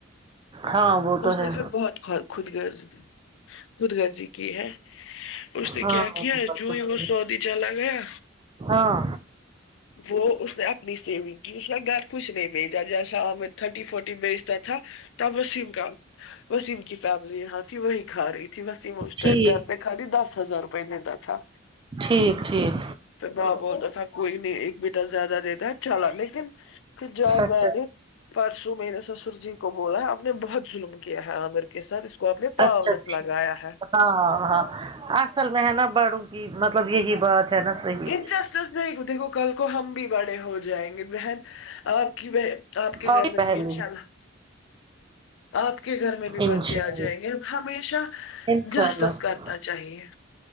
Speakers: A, on the right (about 25°); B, on the left (about 65°).
A: ہاں وہ
B: اس
A: تو ہے
B: نے پھر بہت بہت خود غرض خود غرضی کی ہے اس نے
A: ہاں
B: کیا
A: وہ
B: کیا
A: بات
B: جوں
A: تو
B: ہی
A: صحیح
B: وہ سعودی چلا گیا
A: ہاں
B: وہ اس نے اپنی سیونگ کی اس گھر کچھ نہیں بھیجا جیسا ہمیں تھرٹی فورٹی بھیجتا تھا تب وسیم کا وسیم کی فیملی یہاں تھی وہی کھا رہی تھی وسیم اس
A: ٹھیک
B: ٹائم گھر میں خالی دس ہزار روپئے دیتا تھا
A: ٹھیک ٹھیک
B: پھر باپ بولتا تھا کوئی نہیں ایک بیٹا زیادہ دیتا چلا لیکن پھر جب
A: اچھا
B: پرسوں میںرے سسر جی کو بولا آپ نے بہت ظلم کیا ہے عامر کے ساتھ اس کو اپ نے پاؤنس
A: اچھا ٹھیک
B: لگایا ہے
A: ہاں ہاں اصل میں ہے نا بڑوں کی مطلب یہی بات ہے نا صحیح
B: انجسٹس دیکھو دیکھو کل کو ہم بھی بڑے ہو جائیں گے بہن آپ کی بہ آپ کے
A: اور
B: گھر میں
A: پہلو
B: بھی انشاء اللہ آپ کے گھر میں بھی بچے
A: انشاء
B: آ
A: اللہ
B: جائیں گے ہم ہمیشہ
A: انشاء
B: جسٹس
A: اللہ
B: کر نا چاہیے